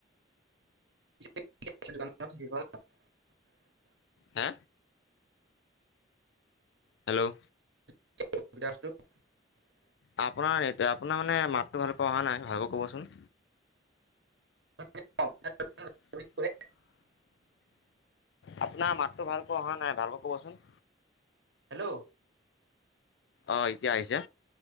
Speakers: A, on the right; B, on the left.
A: <unintelligible>
B: হে হেল্ল'
A: <unintelligible>
B: আপোনাৰ এই আপোনাৰ মানে মাতটো ভালকৈ অহা নাই ভালকৈ ক'বচোন।
A: <unintelligible>
B: আপোনাৰ মাতটো ভালকে অহা নাই ভালকৈ কবচোন।
A: হেল্ল'
B: অহ এতিয়া আহিছে